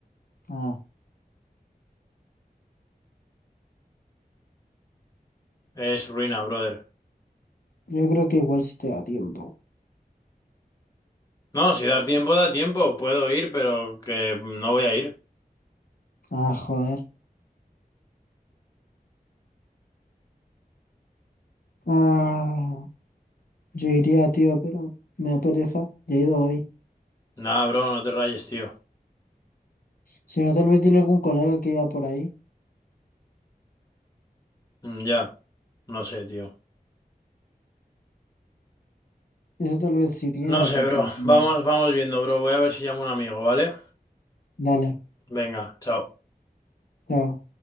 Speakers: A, on the left (about 65°); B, on the left (about 25°).
A: Ah,
B: Es ruina, brother.
A: yo creo que igual sí te da tiempo.
B: No, si dar tiempo, da tiempo. Puedo ir, pero que no voy a ir.
A: Ah, joder. Ah, yo iría, tío, pero me da pereza. Ya he ido hoy.
B: Nah, bro, no te rayes, tío.
A: Si no, tal vez dile a algún colega que iba por ahí.
B: Mm, Ya, no sé, tío.
A: Eso tal vez sí tiene,
B: No sé,
A: porque...
B: bro.
A: mm,
B: Vamos, vamos viendo, bro. Voy a ver si llamo a un amigo, ¿vale?
A: Dale,
B: Venga, chao.
A: chao.